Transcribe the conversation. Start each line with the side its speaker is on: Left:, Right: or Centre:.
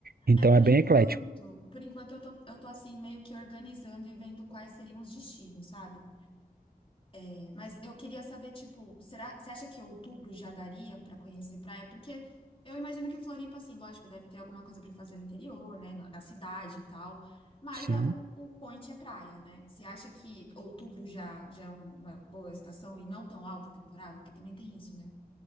Right: Então
Left: É, por
Right: é bem
Left: enquanto,
Right: eclético.
Left: por enquanto eu tô, eu tô assim, meio que organizando e vendo quais seriam os destinos, sabe? É, mas eu queria saber, tipo, será, você acha que outubro já daria pra conhecer praia? Porque eu imagino que Floripa, assim, lógico, deve ter alguma coisa pra fazer no interior, né? Na, na cidade e tal. Mas
Right: Sim.
Left: a- o, o point é praia, né? Você acha que outubro já, já é um- uma boa estação e não tão alta temporada? Porque também tem isso, né?